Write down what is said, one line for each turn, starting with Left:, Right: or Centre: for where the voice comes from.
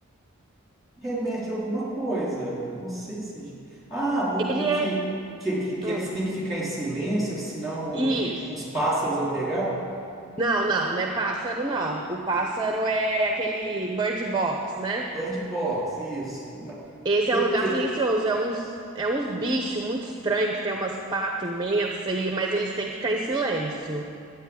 Centre: Remete a alguma coisa. Não sei se. Ah, um,
Right: Ele
Centre: um que,
Right: é.
Centre: que, que, que
Right: Ah,
Centre: eles têm que ficar em silêncio, senão vão,
Right: Isso.
Centre: uns pássaros vão pegar?
Right: Não, não, não é pássaro, não. O pássaro é aquele Bird Box, né?
Centre: Bird box, isso. Mas-
Right: Esse
Centre: Que,
Right: é um lugar
Centre: que-
Right: silencioso, é uns, é uns bichos muito estranhos que tem umas patas imensas, e, mas eles têm que ficar em silêncio.